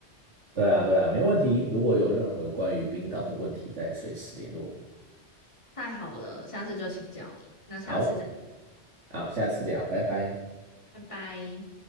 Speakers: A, on the right; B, on the left.
A: 对啊，对啊，没问题。如果有任何关于冰岛的问题，再随时联络我。
B: 太好了，下次就请教你。那下次再，
A: 好，好，下次聊，拜拜。
B: 拜拜。